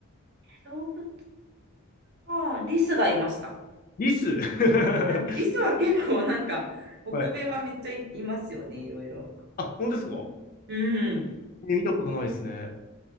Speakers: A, on the right (about 50°); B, on the left (about 40°).
A: 動物は、リスがいました。
B: リス <laughs>
A: あでもリスは結構なんか、北米はめっちゃい、
B: はい。
A: いますよね、いろいろ。
B: あ、本当ですか
A: うん。
B: え見たことないですね。